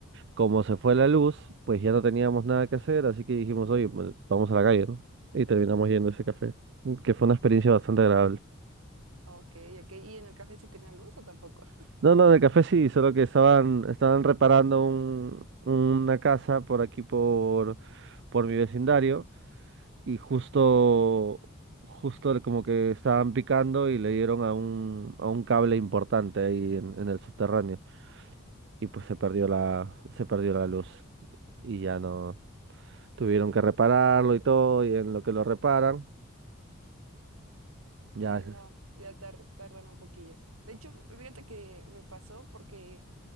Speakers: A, on the right (about 55°); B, on the right (about 90°).
A: como se fue la luz, pues ya no teníamos nada que hacer, así que dijimos, oye, pues, vamos a la calle, ¿no? Y terminamos yendo a ese café, mm, que fue una experiencia bastante agradable.
B: Ok, ok. ¿Y en el café sí tenían luz o tampoco? <laughs>
A: No, no, en el café sí, solo que estaban, estaban reparando un, una casa por aquí, por, por mi vecindario, y justo, justo como que estaban picando y le dieron a un, a un cable importante ahí en en el subterráneo. y pues se perdió la, se perdió la luz y ya no tuvieron que repararlo y todo y en lo que lo reparan
B: Sí,
A: ya
B: no, ya tar- tardan un poquillo. De hecho, fíjate que me pasó porque